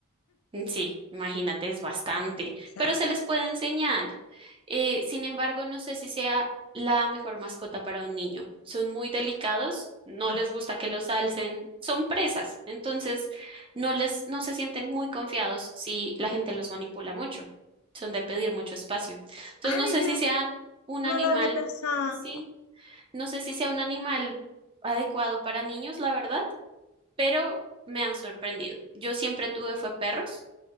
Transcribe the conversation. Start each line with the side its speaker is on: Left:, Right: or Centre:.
Right: Sí, imagínate, es bastante,
Left: sea,
Right: pero se les puede enseñar. Eh, sin embargo, no sé si sea la mejor mascota para un niño. Son muy delicados, no
Left: ah,
Right: les gusta que los alcen, son presas, entonces no les, no se sienten muy confiados si la gente los manipula mucho. Son de pedir mucho espacio. Entonces,
Left: ay,
Right: no sé
Left: yo
Right: si sea un
Left: No
Right: animal,
Left: lo habría pensado.
Right: sí, no sé si sea un animal adecuado para niños, la verdad, pero me han sorprendido. Yo siempre tuve fue perros